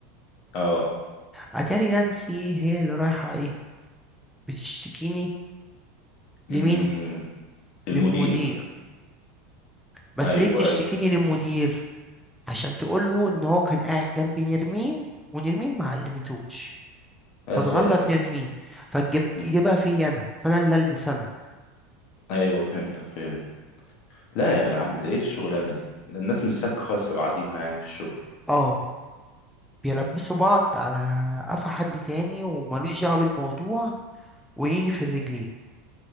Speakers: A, on the left; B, in the centre.
A: اه
B: أتاري نانسي هي اللي رايحة إيه بتشتكيني لمين
A: امم المدير
B: للمدير بس
A: ايوه
B: ليه بتشتكيني
A: ايوه
B: للمدير عشان تقول له ان هو كان قاعد جنبي نرمين ونرمين ما علمتوش
A: يا
B: فتغلط
A: ساتر
B: نرمين فتجيبها
A: مم.
B: فيا انا فانا اللي البس انا
A: ايوه فهمتك فهمت لا يا عم ده ايه الشغلانه دي ده الناس مش سابكه خالص لبعضيها يعني في الشغل
B: اه بيلبسوا بعض على قفا حد تاني وملوش دعوه بالموضوع ويجي في الرجلين